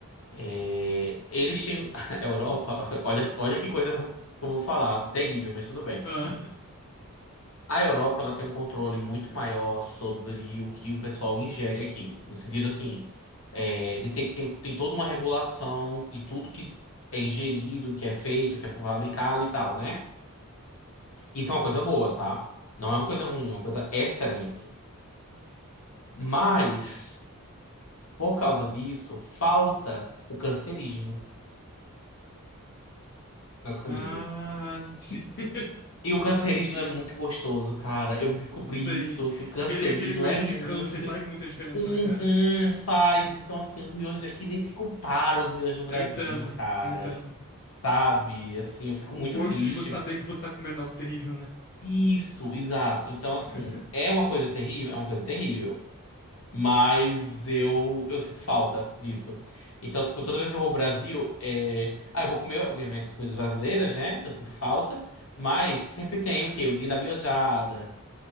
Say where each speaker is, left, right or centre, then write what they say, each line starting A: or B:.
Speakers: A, on the left; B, on the left.
A: É, eles têm. <laughs> A Europa, <laughs> olha, olha que coisa que eu vou falar, terrível, mas tudo bem.
B: Ah,
A: A Europa ela tem um controle muito maior sobre o que o pessoal ingere aqui, no sentido assim, é, de ter, ter- tem toda uma regulação de tudo que é ingerido, que é feito, que é fabricado e tal, né? Isso é uma coisa boa, tá? Não é uma coisa ruim, é uma coisa excelente. Mas, por causa disso, falta o cancerígeno nas comidas.
B: <laughs> ah sim.
A: E o cancerígeno
B: <laughs>
A: é muito gostoso, cara. Eu descobri
B: Sim.
A: isso, que o cancerígeno
B: Aquele, aquele gostinho
A: é muito
B: de câncer faz muita diferença,
A: Uhum,
B: né, cara?
A: faz. Então, assim, os miojos daqui nem se comparam aos miojos do Brasil,
B: Eu entendo,
A: cara.
B: eu entendo.
A: Sabe? Assim, eu fico
B: O
A: muito
B: gosto
A: triste.
B: de você saber que você tá comendo algo terrível, né?
A: Isso, exato. Então, assim,
B: <laughs>
A: é uma coisa terrível, é uma coisa terrível. Mas eu, eu sinto falta disso. Então, tipo, toda vez que eu vou ao Brasil, é... ah, eu vou comer, obviamente, as coisas brasileiras, né? Que eu sinto falta. Mas sempre tem o quê? O dia da miojada.